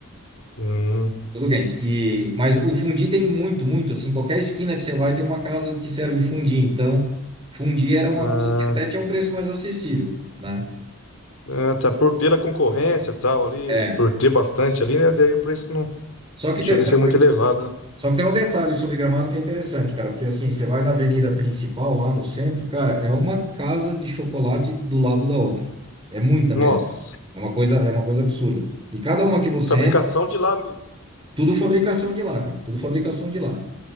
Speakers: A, on the left; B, on the right.
A: Hum,
B: Tudo quente. E, mas o fundi tem muito, muito, assim, qualquer esquina que você vai tem uma casa que serve fundi. Então, fundi era uma
A: ah.
B: coisa que até tinha um preço mais acessível, né?
A: Ah, tá por pela concorrência e tal ali,
B: É.
A: por ter bastante ali, né? Daí o preço não
B: Só que
A: chega
B: tem, só
A: a ser muito
B: que,
A: elevado, né?
B: só que tem um detalhe sobre Gramado que é interessante, cara, porque assim, você vai na avenida principal, lá no centro, cara, é uma casa de chocolate do lado da outra. É muita
A: Nossa,
B: mesmo. É uma coisa, é uma coisa absurda. E cada uma que você
A: fabricação
B: entra,
A: de lá mesmo.
B: tudo fabricação de lá, cara, tudo fabricação de lá.